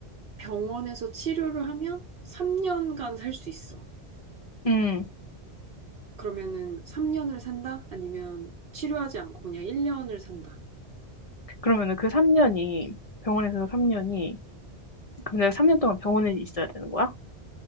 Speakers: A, on the right; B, on the left.
A: 병원에서 치료를 하면 3년간 살 수 있어.
B: 음.
A: 그러면은 3년을 산다? 아니면 치료하지 않고 그냥 1년을 산다.
B: 그러면은 그 3년이 병원에서
A: 음.
B: 3년이 그럼 내가 3년 동안 병원에 있어야 되는 거야?